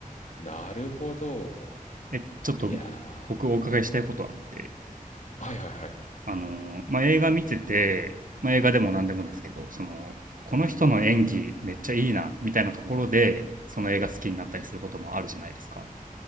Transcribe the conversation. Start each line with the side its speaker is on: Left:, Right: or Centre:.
Left: なるほど。
Right: え、ちょっと
Left: いや
Right: 僕お伺いしたいことあって。
Left: ー。はいはいはい。
Right: あの、まあ、映画見てて、まあ、映画でも何でもですけど、その、この人の演技めっちゃいいな、みたいなところで、その映画好きになったりすることもあるじゃないですか。